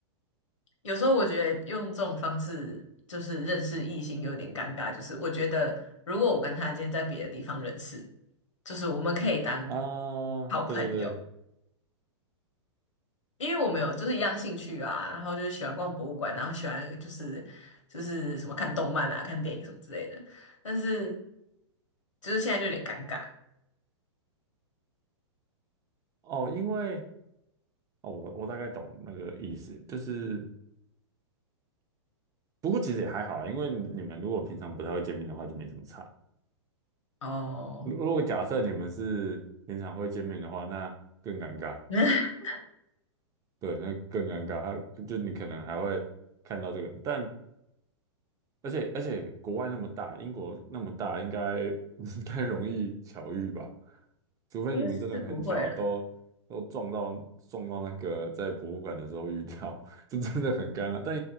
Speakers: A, on the left; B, on the right.
A: 有时候我觉得用这种方式就是认识异性有点尴尬，就是我觉得如果我跟他今天在别的地方认识，就是我们可以当
B: <laughs> 啊。
A: 好朋友，
B: 对对对，
A: 因为我们有就是一样兴趣啊，然后就是喜欢逛博物馆，然后喜欢就是就是什么看动漫啊、看电影什么之类的，但是就是现在就有点尴尬
B: 哦，因为哦，我我大概懂那个意思，就是。不过其实也还好啦，因为你们如果平常不太会见面的话，就没什么差。
A: 哦，
B: 如如果假设你们是平常会见面的话，那更尴尬。
A: <laughs> 那
B: 对，那更尴尬。他就你可能还会看到这个，但而且而且国外那么大，英国那么大，应该 <laughs> 不太容易巧遇吧？除非你们真的很巧，
A: 那是不会了。
B: 都都撞到撞到那个在博物馆的时候遇到，<laughs> 这真的很尴尬。但